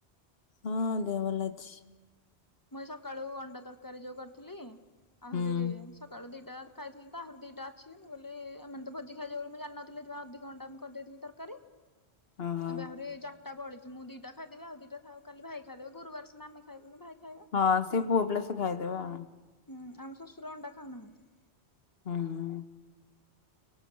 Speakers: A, on the left (about 65°); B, on the left (about 20°).
A: ହଁ ଦେହ ଭଲ ଅଛି।
B: ମୁଇଁ ସକାଳୁ ଅଣ୍ଡା ତରକାରୀ ଯୋଉ କରିଥିଲି ଆହୁରି
A: ହୁଁ
B: ସକାଳୁ ଦିଟା ଖାଇଥିଲ ତାହୁରି ଦିଟା ଅଛି ମୁଁ କହି ଆମେ ତ ଭୋଜି ଖାଇାଉ ବୋଲି ମୁଁ ଜାଣିନଥିଲିବା ଅଧିକ ଅଣ୍ଟା ମୁଁ କରିଦେଇଥିଲି ତରକାରୀ
A: ଓହୋ
B: ଏବେ ଆହୁରି ଚାରିଟା ବଳିଛି ମୁଁ ଦିଟା ଖାଇଦବେ ଆଉଦିଟା ଥାଉ କାଲି ଭାଇ ଖାଇଦେବେ ଗରୁବାର ସିନା ଆମେ ଖାଇବୁନୁ ଭାଇ ଖାଇବ।
A: ହଁ ସେପୁଅ ପିଲା ସେ ଖାଇଦେବେ ଆଉ।
B: ହୁଁ ଆମ ଶ୍ୱଶୁର ଅଣ୍ଡା ଖାଉନାହାନ୍ତି।
A: ହୁଁ ହୁଁ।